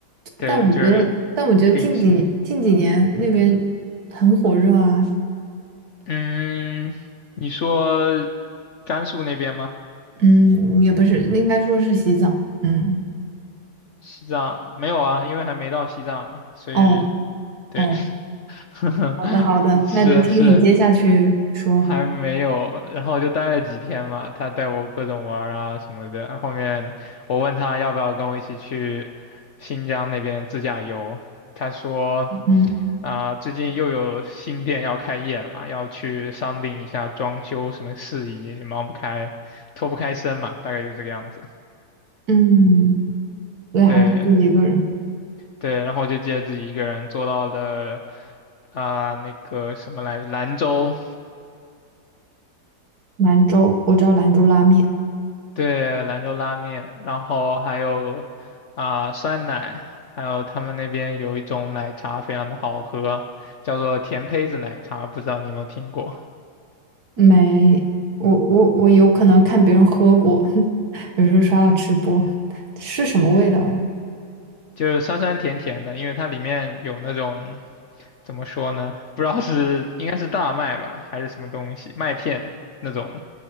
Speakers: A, on the left (about 55°); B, on the right (about 65°).
A: 对，
B: 但我觉得，
A: 就是
B: 但我觉得近几近几年那边很火热啊。
A: 定性。嗯，你说甘肃那边吗？
B: 嗯，也不是，应该说是洗澡。嗯，
A: 西藏没有啊，因为还没到西藏嘛，所以
B: 哦
A: 对，
B: 哦。
A: <laughs>
B: 好的，好的，
A: <laughs> 是是，
B: 那就听你接下去说。
A: 还没有，然后就待了几天嘛，他带我各种玩儿啊什么的。后面我问他要不要跟我一起去新疆那边自驾游，他说
B: 嗯
A: 啊、最近又有新店要开业了嘛，要去商定一下装修什么事宜，忙不开，脱不开身嘛，大概就这个样子。
B: 嗯，对，
A: 对
B: 还是自己一个人。
A: 对，然后我就借自己一个人坐到了啊、那个什么来着，兰州。
B: 兰州，我知道兰州拉面，
A: 对，兰州拉面，然后还有啊、酸奶，还有他们那边有一种奶茶非常的好喝，叫做甜胚子奶茶，不知道你有没有听过？
B: 没，我我我有可能看别人喝过，<laughs> 有时候刷到吃播，是什么味道呀？
A: 就是酸酸甜甜的，因为它里面有那种怎么说呢？不知道是应该是大麦吧，还是什么东西，麦片那种，